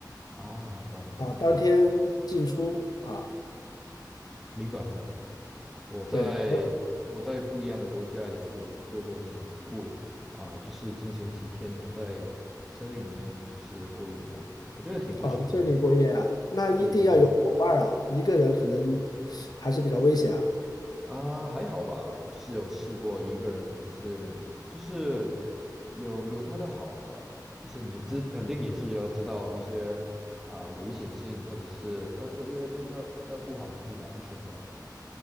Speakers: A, in the centre; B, on the left.
A: 啊，明白明白
B: 啊，当天进出啊。
A: 明白明白。我在我在不一样的国家也是有做过这种徒步啊，
B: 对，我
A: 就是进行几天在森林里面就是过夜吧，我觉得挺不错的。
B: 哦，在这里过夜啊，那一定要有伙伴儿啊，
A: 对对对，
B: 一个人可能还是比较危险啊。
A: 啊，还好吧，我就是有试过一个人，也是就是有有他的好吧，就是你知肯定也是要知道一些啊危险性，或者是要做要要要要顾好你自己的安全吧。